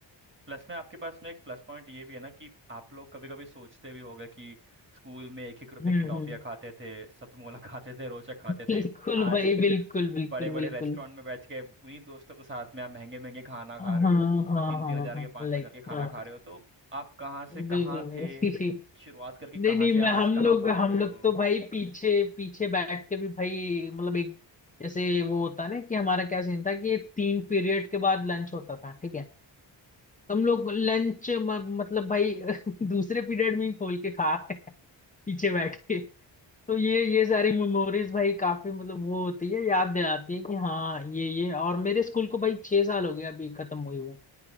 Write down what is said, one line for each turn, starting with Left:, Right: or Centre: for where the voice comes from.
Right: प्लस में आपके पास में एक प्लस पॉइंट ये भी है ना कि आप लोग कभी कभी सोचते भी होगे कि स्कूल में एक एक रुपए
Left: हम्म
Right: की टॉफियाँ
Left: हम्म,
Right: खाते थे सतमोला <laughs> खाते थे रोचा खाते थे
Left: बिल्कुल
Right: आज
Left: भाई बिल्कुल बिल्कुल
Right: बड़े बड़े
Left: बिल्कुल
Right: रेस्टोरेंट में बैठ के उन्हीं दोस्तों के साथ में आप महंगे महंगे खाना
Left: हाँ
Right: खा रहे
Left: हाँ
Right: हो
Left: हाँ
Right: तीन तीन हजार
Left: हाँ
Right: के पाँच पाँच
Left: लाइक
Right: हजार के खाना
Left: हाँ
Right: खा रहे हो तो आप कहाँ से कहाँ
Left: बिल्कुल भाई
Right: थे
Left: <laughs>
Right: शुरुआत करके कहाँ
Left: नहीं नहीं
Right: से आज
Left: मैं हम
Right: कहाँ
Left: लोग
Right: पहुँच
Left: हम
Right: गए
Left: लोग
Right: हो
Left: तो भाई पीछे पीछे बैठ के भी भाई मतलब एक जैसे वो होता है ना कि हमारा क्या सीन था कि तीन पीरियड के बाद लंच होता था ठीक है हम लोग लंच मतलब भाई <laughs> दूसरे पीरियड में ही खोल के खा रहे पीछे बैठ के तो ये ये सारी मेमोरीज भाई काफी मतलब वो होती है याद दिलाती है कि हाँ ये ये और मेरे स्कूल को भाई छह साल हो गया अभी खत्म हुई हुए